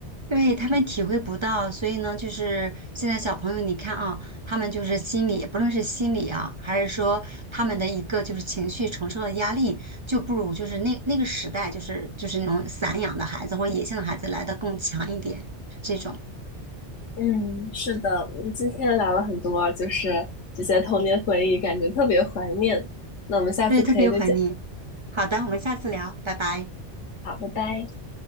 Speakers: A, on the right (about 35°); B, on the left (about 70°).
A: 对，他们体会不到，所以呢，就是现在小朋友，你看啊，他们就是心理，不论是心理啊，还是说他们的一个就是情绪承受的压力，就不如就是那那个时代，就是就是那种散养的孩子或者野性的孩子来的更强一点，这种，
B: 嗯，是的，嗯今天聊了很多，就是这些童年回忆，感觉特别怀念。那我们下次可以再见，
A: 对，特别怀念。好的，我们下次聊，拜拜。
B: 好，拜拜。